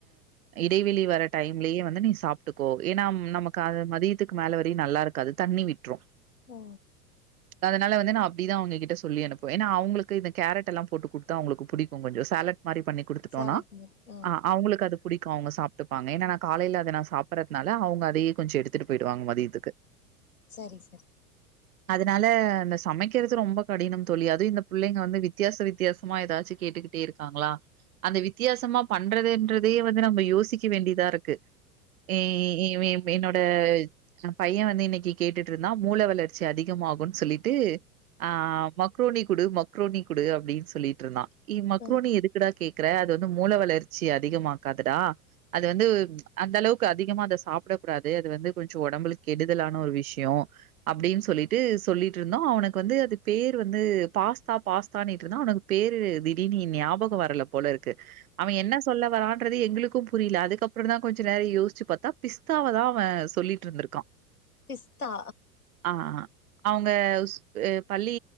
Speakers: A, on the right; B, on the left.
A: இடைவெளி வர டைம்லயே வந்து நீ சாப்ட்டுக்கோ ஏன்னா நமக்கு மதியத்துக்கு மேல வரையும் நல்லா இருக்காது தண்ணி விட்டுறோ
B: ஆ
A: அதனால வந்து நா அப்படிதான் அவங்ககிட்ட சொல்லி அனுப்புவே ஏன்னா அவங்களுக்கு இந்த கேரட்ல்ல போட்டு கொடுத்தா அவங்களுக்கு பிடிக்கும் கொஞ்சம் சாலட் மாரி பண்ணி குடுத்துட்டோம்னா
B: சேலட் மில்க்
A: ஆ அவங்களுக்கு அது புடிக்கும் அவங்க சாப்ட்டுப்பாங்க ஏன்னான்னா காலையில் அதை நான் சாப்பிடறதுனால அவங்க அதையே கொஞ்சம் எடுத்துட்டு போயிடுவாங்க மதியத்துக்கு
B: சரி சரி
A: அதனால அந்த சமைக்க கருது ரொம்ப கடினம் தோழி அதுவும் இந்த பிள்ளைக வந்து வித்தியாச வித்தியாசமா ஏதாச்சு கேட்டுக்கிட்டே இருக்காங்களா அந்த வித்தியாசமா பண்றதே வந்து நம்ம யோசிக்க வேண்டியதா இருக்கு ஏ ஏ என்னோட பையன் வந்து இன்னைக்கு கேட்டுட்டு இருந்தா மூல வளர்ச்சி அதிகம் ஆகும் சொல்லிட்டு ஆ மக்ரோனி குடு மக்ரோனி குடு அப்படின்னு சொல்லிட்டு இருந்தா மக்ரோனி
B: ஆ
A: எதுக்குடா கே அத வந்து மூல வளர்ச்சி அதிகமாக்காதுடா அது வந்து அந்த அளவுக்கு அதிகமா அத சாப்பிட சாப்பிட கூடாது டா அது வந்து கொஞ்சம் உடம்புக்கு கெடுதலான ஒரு விஷயம் அப்படின்னு சொல்லிட்டு சொல்லிட்டு இருந்தோ அவனுக்கு வந்து அது பேர் வந்து பாஸ்தா பாஸ்தா அன்நீஇட் இருந்தா அவனுக்கு பேரு திடீ ஞாபகம் வரல போல இருக்கு அவன் என்ன சொல்ல வரான்றுது எங்களுக்கு புரியல அதுக்கப்புறம் தான் கொஞ்சம் நேரம் யோசிச்சு பார்த்தா பிஸ்தாவைதா அவ சொல்லிட்டு இருந்துரூக்கா
B: பிஸ்தா
A: ஆ அவங்க பள்ளி